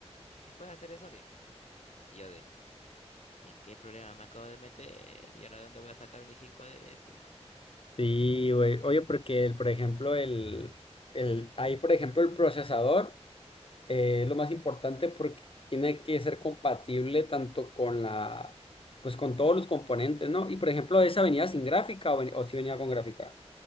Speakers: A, on the left; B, on the left.
A: si puedes hacer eso, bien. Y yo de, ¿en qué problema me acabo de meter? ¿Y ahora de dónde voy a sacar un i5 de décima?
B: Sí, güey. Oye, porque, el- por ejemplo, el, el, ahí, por ejemplo, el procesador. eh, lo más importante porque tiene que ser compatible tanto con la, pues con todos los componentes, ¿no? Y por ejemplo, esa venía sin gráfica o, ven- o si venía con gráfica.